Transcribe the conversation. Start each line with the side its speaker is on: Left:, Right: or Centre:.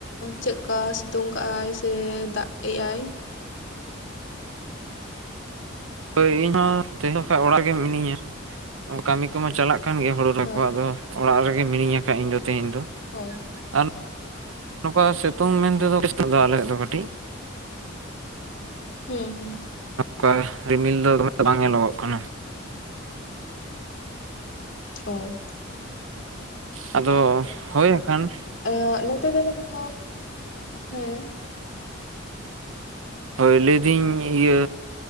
Left: ᱪᱮᱜᱠᱟ ᱥᱤᱛᱩᱝ ᱠᱟᱜᱼ ᱟᱭ? ᱥᱮ ᱫᱟᱜ ᱮ ᱟᱭ
Right: ᱦᱳᱭ ᱤᱧᱦᱚᱸ ᱛᱮᱦᱮᱧ ᱫᱚ ᱠᱷᱟᱡ ᱚᱲᱟᱜ ᱨᱮᱜᱮ ᱢᱤᱱᱟᱹᱧᱟ, ᱠᱟᱹᱢᱤ ᱠᱚᱢᱟ ᱪᱟᱞᱟᱜ ᱠᱟᱱ ᱜᱮᱭᱟ ᱦᱩᱲᱩ ᱨᱚᱦᱚᱭ
Left: ᱦᱮᱸ
Right: ᱠᱚ, ᱟᱫᱚ ᱚᱲᱟᱜ ᱨᱮᱜᱮ ᱢᱤᱱᱟᱹᱧᱟ ᱠᱷᱟᱡ ᱤᱧ ᱫᱚ ᱛᱮᱦᱮᱧ ᱫᱚ᱾
Left: ᱦᱳᱭ᱾
Right: ᱟᱨ ᱱᱚᱝᱠᱟ ᱥᱤᱛᱩᱝ ᱢᱮᱱᱛᱮᱫᱚ <inaudible> ᱟᱞᱮ ᱥᱮᱫ ᱫᱚ ᱠᱟᱹᱴᱤᱡ।
Left: ᱦᱩᱸ ᱦᱩᱸ।
Right: ᱠᱟ ᱨᱤᱢᱤᱞ ᱫᱚ ᱫᱚᱢᱮ ᱵᱟᱝ ᱧᱮᱞᱚᱜᱚᱜ ᱠᱟᱱᱟ।
Left: ᱚ᱾
Right: ᱟᱫᱚ ᱦᱳᱭ᱾ ᱟᱠᱷᱟᱱ ᱼᱼ
Left: ᱮᱸᱻ ᱱᱚᱛᱮ ᱫᱚ ᱵᱟᱠᱷᱟᱱ, ᱦᱮᱸ।
Right: ᱦᱳᱭ, ᱞᱟᱹᱭᱫᱟᱹᱧ ᱤᱭᱟᱹ